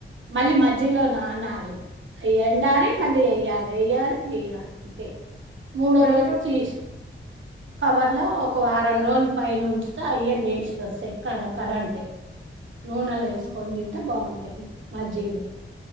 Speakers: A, on the right; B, on the right.
A: మళ్ళీ మజ్జిగ లో నన్నాలి. హై ఎండాలి
B: మజ్జిగ
A: మళ్ళీ ఏయల్ వేయార్ వేయార్ అంతే మూడో
B: ఎన్ని
A: రోజు
B: రోజులు?
A: చీస్ కవర్లో ఒక వారం రోజుల పైనుంచితే ఆయే లేచోసయ్ కరకరా అంట్టయ్. నూనెలో ఏసుకొని
B: హ్మ్.
A: తింటే బావుంటాయ్ మజ్జిగలో